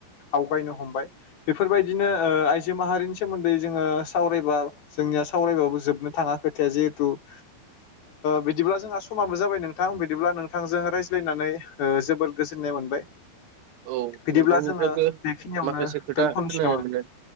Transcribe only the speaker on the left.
आवगायनो हमबाय बेफोरबायदिनो ओ आइजो माहारिनि सोमोन्दै जोङो सावरायबा जोंनिया सावरायबाबो जोबनो थाङा खोथाया जिहेथु ओ बिदिब्ला जोंहा स समाबो जाबाय नोंथां बिदिब्ला नोंथांजों रायज्लायनानै ओ जोबोर गोजोननाय मोनबाय
बिदिब्ला
जोङो बेखिनियावनो
दोनथ'नोसै
नामा